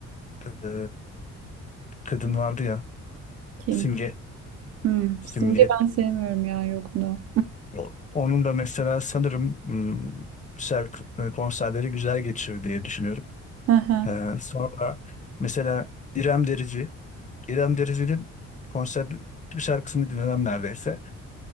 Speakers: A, on the left; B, on the right.
A: E, kadın vardı ya
B: Kim?
A: Simge.
B: Hmm.
A: Simge.
B: Simge ben sevmiyorum ya yok no.
A: O- Onun da mesela sanırım hmm, ser- e, konserleri güzel geçiyor diye düşünüyorum.
B: <laughs>
A: Ee, sonra mesela İrem Derici, İrem Derici'nin konser bir şarkısını dinlemem neredeyse.